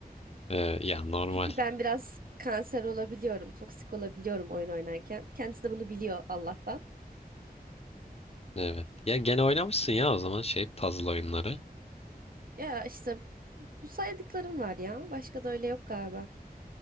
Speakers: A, on the left (about 40°); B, on the right (about 65°).
A: Ee, ya normal.
B: Çünkü ben biraz kanser olabiliyorum, toksik olabiliyorum oyun oynarken. Kendisi de bunu biliyor Allah'tan.
A: Evet. Ya gene oynamışsın ya o zaman şey puzzle oyunları.
B: Ya işte Bu saydıklarım var ya. Başka da öyle yok galiba.